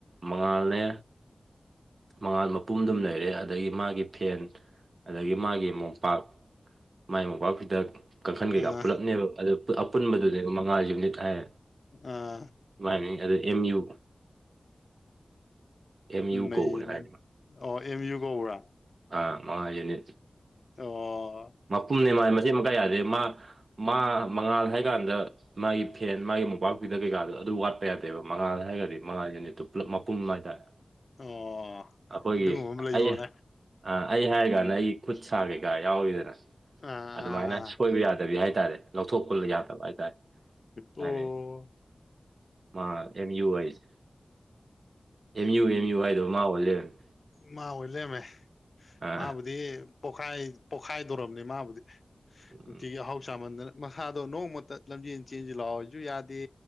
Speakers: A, on the right; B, on the left.
A: ꯃꯉꯥꯜꯅꯦ ꯃꯉꯥꯜ ꯃꯄꯨꯝꯗꯨꯝ ꯂꯩꯔꯦ ꯑꯗꯒꯤ ꯃꯥꯒꯤ ꯐꯦꯟ ꯑꯗꯒꯤ ꯃꯥꯒꯤ ꯃꯣꯝꯄꯥꯛ ꯃꯥꯒꯤ ꯃꯣꯝꯄꯥꯛ ꯐ ꯗ ꯀꯥꯡꯈꯟ ꯀꯩꯀꯥ
B: ꯑꯥ
A: ꯄꯨꯂꯞꯅꯦꯕ ꯑ ꯑꯄꯨꯟꯕꯗꯨꯅꯦꯕ ꯃꯉꯥ ꯌꯨꯅꯤꯠ ꯍꯥꯏ
B: ꯑꯥ
A: ꯃꯥꯏ ꯃꯃꯤꯡ ꯑꯗꯨ ꯑꯦꯝ ꯌꯨ <inaudible> ꯑꯦꯝ ꯌꯨ
B: ꯅꯩꯔꯤ
A: ꯀꯧꯕꯅꯦ ꯍꯥꯏꯔꯤꯅ
B: ꯑꯣ ꯑꯦꯝ ꯌꯨ ꯀꯧꯕ꯭ꯔꯥ
A: ꯑꯥ ꯃꯉꯥꯖꯅꯤ
B: ꯑꯣ
A: ꯃꯄꯨꯝꯅꯦ ꯃꯥꯥꯏ ꯃꯆꯦꯠ ꯃꯀꯥꯏ ꯌꯥꯗꯦ ꯃꯥ ꯃꯥ ꯃꯉꯥꯜ ꯍꯥꯏꯀꯥꯟꯗ ꯃꯥꯒꯤ ꯐꯦꯟ ꯃꯥꯒꯤ ꯃꯣꯄꯥꯛꯄꯤꯗ ꯀꯩꯀꯥꯗꯣ ꯑꯗꯨ ꯋꯥꯠꯄ ꯀꯌꯥ ꯌꯥꯗꯦꯕ ꯃꯉꯥꯗ ꯍꯥꯏꯔꯒꯗꯤ ꯃꯉꯥꯁꯤꯅꯤꯠꯇ ꯄꯨꯂꯞ ꯃꯄꯨꯝ ꯍꯥꯏꯇꯥꯔꯦ
B: ꯑꯣ
A: ꯑꯩꯈꯣꯏꯒꯤ
B: ꯑꯗꯨꯒꯨꯝꯕ ꯑꯃ ꯂꯩꯕꯣꯔꯦ
A: ꯑꯩ ꯑꯥ ꯑꯩ ꯍꯥꯏꯔ ꯀꯥꯟꯗ ꯑꯩꯒꯤ ꯈꯨꯠ ꯁꯥ ꯀꯩꯀꯥ ꯌꯥꯎꯔꯤꯗꯅ
B: ꯑꯥ
A: ꯑꯗꯨꯃꯥꯏꯅ ꯁꯣꯏꯕ ꯌꯥꯗꯕꯤ ꯍꯥꯏꯇꯥꯔꯦ ꯂꯧꯊꯣꯛꯄꯂ ꯌꯥꯗꯕ ꯍꯥꯏꯇꯥꯔꯦ
B: ꯑꯣ
A: ꯍꯥꯏꯅꯤ ꯃꯥ ꯑꯦꯝ ꯌꯨ ꯋꯥꯏꯁꯦ ꯑꯦꯝ ꯌꯨ ꯑꯦꯝ ꯌꯨ ꯋꯥꯏꯗꯣ ꯃꯥ ꯑꯣꯏ ꯂꯩꯔꯝꯃꯦ
B: ꯃꯥ ꯍ ꯂꯦꯝꯃꯦ
A: ꯑꯥ
B: ꯃꯥꯕꯨꯗꯤ ꯄꯣꯛꯈꯥꯏ ꯄꯣꯛꯈꯥꯏꯗꯧꯣꯔꯝꯅꯤ ꯃꯥꯕꯨꯗꯤ
A: ꯎꯝ
B: ꯅꯨꯡꯇꯤꯒꯤ ꯑꯍꯥꯎ ꯆꯥꯃꯟꯗꯅ ꯃꯁꯥꯗꯣ ꯅꯣꯡꯃꯇ ꯂꯝꯖꯦꯟ ꯆꯦꯟꯁꯤ ꯂꯥꯛꯑꯣꯁꯨ ꯌꯥꯗꯦ